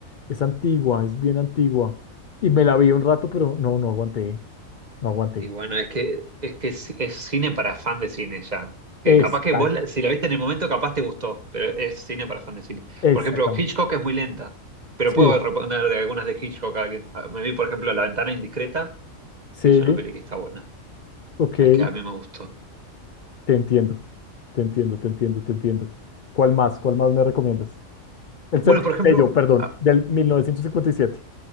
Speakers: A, on the left; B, on the right.
A: Es antigua, es bien antigua. Y me la vi un rato, pero no, no aguanté, no aguanté.
B: Y bueno, es que es que es, es cine para fan de cine ya. Que
A: Exacto,
B: capaz que vos, la- si la viste en el momento, capaz te gustó, pero es cine para fan de cine.
A: exactamente.
B: Por ejemplo, Hitchcock es muy lenta, pero
A: Sí,
B: puedo responder de algunas de Hitchcock a alguien. Ah, Me vi, por ejemplo, La ventana indiscreta,
A: sí,
B: y es una peli que está buena,
A: ok, te
B: ah, que a mí me gustó.
A: entiendo, te entiendo, te entiendo, te entiendo. ¿Cuál más? ¿Cuál más me recomiendas? El
B: Bueno,
A: séptimo
B: por ejemplo,
A: sello, perdón,
B: ah,
A: del 1957.